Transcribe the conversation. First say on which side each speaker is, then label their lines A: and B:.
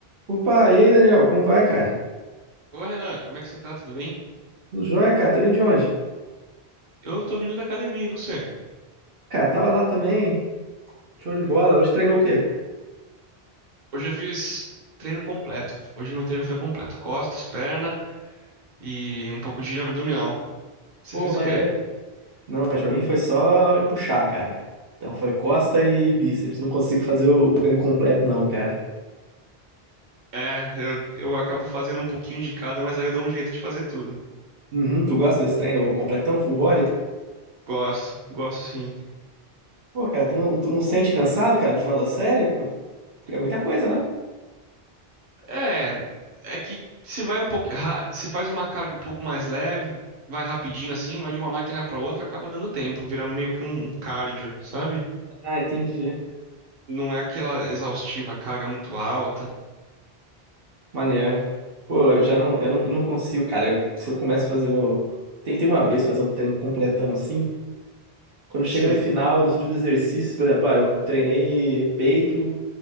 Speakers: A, on the right (about 65°); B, on the right (about 50°).
A: Opa, e aí, Daniel? Como vai, cara?
B: Ô Renan, como é que você tá? Tudo bem?
A: Tudo jóia, cara? Tá vindo de onde?
B: Eu tô vindo da academia, e você?
A: Cara, tava lá também. Show de bola. Hoje treinou o quê?
B: Hoje eu fiz treino completo. Hoje meu treino foi completo. Costas, perna e um pouco de abdominal. Você
A: Pô,
B: fez
A: maneiro,
B: o quê?
A: cara. Não, mas pra mim foi só puxar, cara. Então foi costa e bíceps. Não consigo fazer o o treino completo, não, cara.
B: É, eu, eu acabo fazendo um pouquinho de cada, mas aí eu dou um jeito de fazer tudo.
A: Uhum, tu gosta desse treino completão, full body?
B: Gosto, gosto sim.
A: Pô, cara, tu não, tu não sente cansado, cara, no final da série? Porque é muita coisa, né?
B: É, é que se vai um pouco, ra- se faz uma carga um pouco mais leve, vai rapidinho assim, vai de uma máquina pra outra, acaba dando tempo, vira meio que um um cardio, sabe?
A: Ah, entendi.
B: Não é aquela exaustiva, carga muito alta.
A: Maneiro. Pô, eu já não, eu não, não consigo, cara. Eu- se eu começo a fazer o... Tentei uma vez fazer um treino completão assim. Quando chega
B: Sei.
A: no final, nos últimos exercícios, por exemplo, ah, eu treinei peito,